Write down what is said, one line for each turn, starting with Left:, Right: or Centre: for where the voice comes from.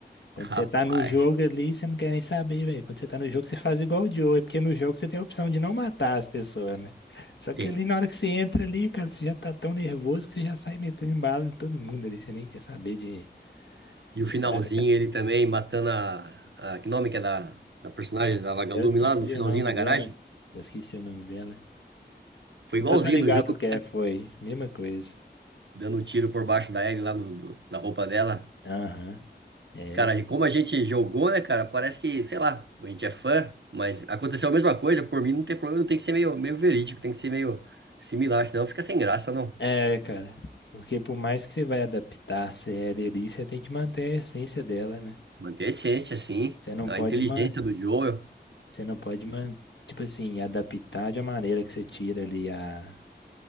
Left: Quando
Right: Rapaz,
Left: você tá no jogo ali, você não quer nem saber, velho. Quando você tá no jogo, você faz igual o Joe, é porque no jogo você tem a opção de não matar as pessoas, né? Só que
Right: tem.
Left: ali na hora que você entra ali, cara, você já tá tão nervoso que você já sai metendo bala em todo mundo ali, você nem quer saber de,
Right: E
Left: de
Right: o finalzinho,
Left: nada, cara.
Right: ele também matando a, a- Que nome que é da, da personagem
Left: É,
Right: da Vagalume
Left: eu esqueci
Right: lá no finalzinho
Left: o nome
Right: na
Left: delas.
Right: garagem?
Left: Eu esqueci o nome dela.
Right: Foi igualzinho
Left: Eu tô ligado
Right: do jogo,
Left: que é, foi. Mesma coisa.
Right: dando um tiro por baixo da Ellie lá do, do- da roupa dela.
Left: Aham. É,
Right: Cara, como a gente jogou, né, cara? Parece que, sei lá, a gente é fã, mas aconteceu a mesma coisa. Por mim, não tem problema, tem que ser meio, meio verídico, tem que ser meio similar, senão fica sem graça, não.
Left: é, cara. Porque por mais que você vai adaptar a série ali, você tem que manter a essência dela, né?
Right: Manter a essência, assim,
Left: Você não
Right: a
Left: pode
Right: inteligência
Left: man.
Right: do jogo,
Left: Você não pode, man- tipo assim, adaptar de uma maneira que você tira ali a,